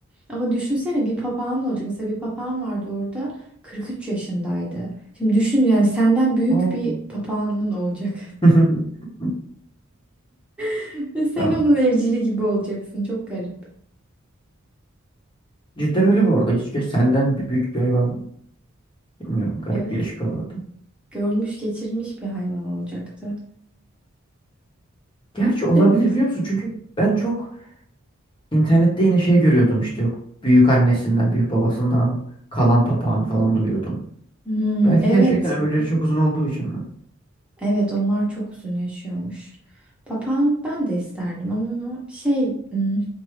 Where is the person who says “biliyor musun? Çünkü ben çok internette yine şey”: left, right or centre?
Left